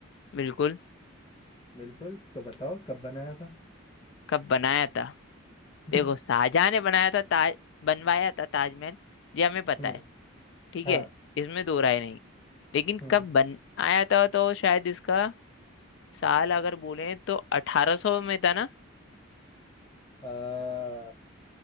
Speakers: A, on the left; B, on the left.
A: बिल्कुल
B: बिल्कुल तो बताओ कब बनाया था
A: कब बनाया था
B: <laughs>
A: देखो शाहजहां ने बनाया था ताज बनवाया था ताजमहल ये हमें पता
B: हम्म
A: है ठीक
B: हाँ
A: है इसमें दो राय नहीं लेकिन
B: हम्म
A: कब बनाया था तो शायद इसका साल अगर बोले तो 1800 में था ना
B: आ,